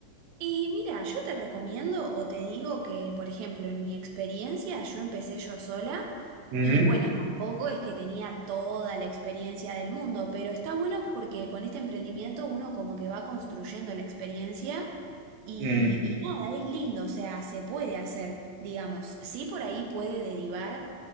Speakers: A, on the right (about 85°); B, on the right (about 65°).
A: Y mira, yo te recomiendo o te digo que, por ejemplo, en mi experiencia yo empecé yo sola
B: Uh
A: y
B: -huh.
A: bueno, tampoco es que tenía toda la experiencia del mundo, pero está bueno porque con este emprendimiento uno como que va construyendo la experiencia y,
B: mm.
A: y nada, es lindo, o sea, se puede hacer, digamos, sí por ahí puede derivar,